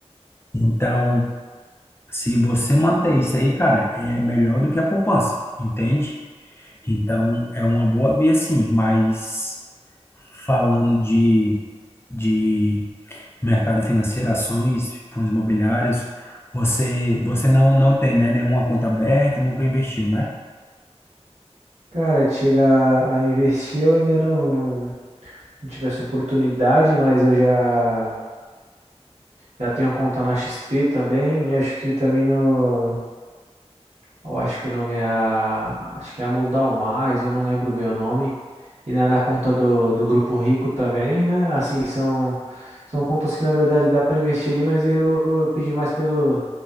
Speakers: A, on the left; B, on the right.
A: Então, se você manter isso aí, cara, é melhor do que a poupança, entende? Então, é uma boa via sim, mas falando de, de mercado financeiro, ações, fundos imobiliários. Você, você não, não tem, né, nenhuma conta aberta, nunca investiu, né?
B: Cara, de chegar a investir, eu ainda não, não, não tive essa oportunidade, mas eu já, já tenho conta na XP também, e acho que também no Eu acho que o nome é. a- Acho que é Amoldar Mais, eu não lembro bem o nome. E na, na conta do, do Grupo Rico também, né? Assim, são, são contas que na verdade dá para investir ali, mas eu, eu pedi mais pelo,